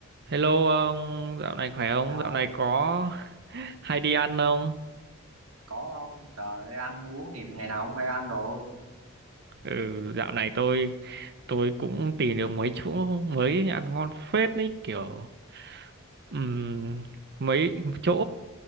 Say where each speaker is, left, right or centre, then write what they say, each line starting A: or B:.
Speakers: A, on the right; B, on the right.
A: Hello ông, dạo này khỏe không?
B: Chào
A: Dạo
B: ông,
A: này có <laughs> hay đi ăn không?
B: có không? Trời ơi, ăn uống thì ngày nào cũng phải ăn rồi.
A: Ừ, dạo này tôi tôi cũng tìm được mấy chỗ mới ăn ngon phết đấy kiểu ừm, mấy chỗ